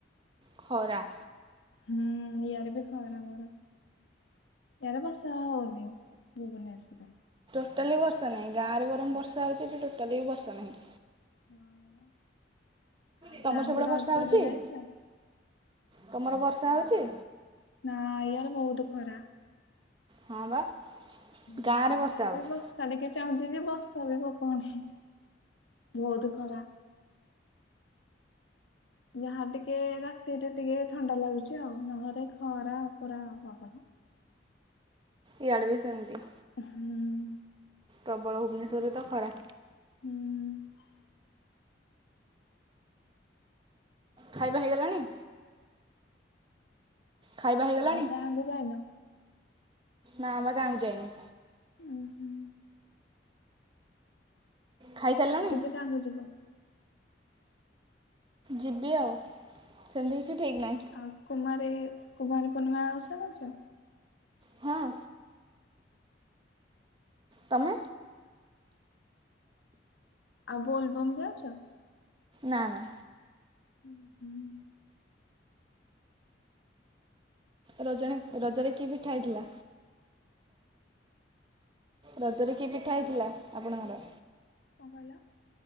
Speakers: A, on the right; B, on the left.
A: ଖରା।
B: ହଁ ଇଆଡ଼େ ବି ଖରା ବର ଇଆଡ଼େ ବର୍ଷା ହଉନି। <inaudible>
A: ଟୋଟାଲି ବର୍ଷା ନାହିଁ। ଗାଁରେ ବରଂ ବର୍ଷା ହେଉଛି ଏଠି ଟୋଟାଲି ବି ବର୍ଷା ନାହିଁ।
B: ହଁ ଆଉ
A: ତମର
B: ଗାଁକୁ
A: ସେପଟେ
B: ରଜରେ
A: ବର୍ଷା ହେଉଛି
B: ଯାଇଥିଲ?
A: ତମର ବର୍ଷା ହଉଛି।
B: ନା ଇୟାଡେ ବହୁତୁ ଖରା।
A: ହଁ ବା।
B: ହୁଁ
A: ଗାଁରେ ବର୍ଷା
B: ୟାର
A: ହଉଛି
B: ବି ବସ୍ତା ଟିକେ ଚାହୁଁଛି। ବର୍ଷ ବି ପକଉନି ବହୁତ ଖରା ଯାହା ଟିକେ ରାତିରେ ଟିକେ ଥଣ୍ଡା ଲାଗୁଛି ଆଉ ନହେଲେ। ଖରା ପୁର ବାବ
A: ଇୟଡ ବି ସେନ୍ତି
B: ହୁଁ।
A: ପ୍ରବଳ ଭୁବନେଶ୍ୱରରେ ତ ଖରା
B: ହୁଁ।
A: ଖାଇବା ହେଇଗଲାଣି। ଖାଇବା ହେଇଗଲାଣି
B: ଆଉ ଗାଁକୁ ଯାଇନ
A: ନା ବା ଗାଁକୁ ଯାଇନି।
B: ଓ ହୁ।
A: ଖାଇସାରିଲଣି
B: ଆଉ କେବେ କାକୁ ଯିବ।
A: ଯିବି ଆଉ। ସେମିତି କିଛି ଠିକ୍ ନାହିଁ
B: ଆଉ କୁମାର କୁମାରୀ ପୂର୍ଣ୍ଣିମା ଆଉସ କରଛ।
A: ହଁ। ତମେ
B: ଆଉ ବୋଲବମ୍ ଯାଉଛ।
A: ନା ନା।
B: ହୁଁ ହୁଁ।
A: ରଜ ରଜରେ କିଏ ପିଠା ହେଇଥିଲା। ଦ ତୋର କିଏ ପିଠା ହେଇଥିଲା ଆପଣଙ୍କର
B: କଣ କହିଲ?